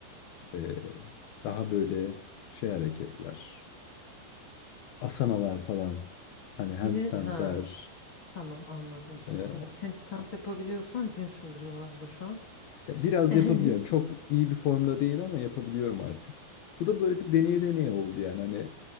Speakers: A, on the left; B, on the left.
A: ee, daha böyle şey hareketler. Asanalar falan. Hani handstandler.
B: Yine ha tamam anladım.
A: Ee,
B: Evet handstand yapabiliyorsan cin sindirimi olabilir şu an. <laughs>
A: ya biraz
B: Yani
A: yapabiliyorum. Çok iyi bir formda değil ama yapabiliyorum artık. Bu da böyle deneye deneye oldu yani. Hani